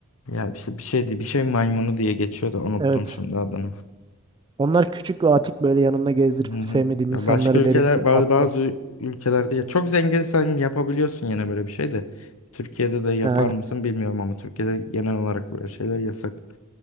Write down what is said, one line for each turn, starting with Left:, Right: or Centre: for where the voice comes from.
Left: Ya işte bir şeydi bir şey maymunu diye geçiyordu unuttum
Right: Evet.
Left: şimdi adını.
Right: Onlar küçük ve atik böyle yanımda gezdirip
Left: Hı hı.
Right: sevmediğim
Left: Ya
Right: insanlara
Left: başka ülkeler
Right: derim ki
Left: bazı,
Right: atla.
Left: bazı ülkelerde ya çok zenginsen yapabiliyorsun yine böyle bir şey de. Türkiye'de de yapar
Right: Ha, Aynen.
Left: mısın bilmiyorum ama Türkiye'de genel olarak böyle şeyler yasak.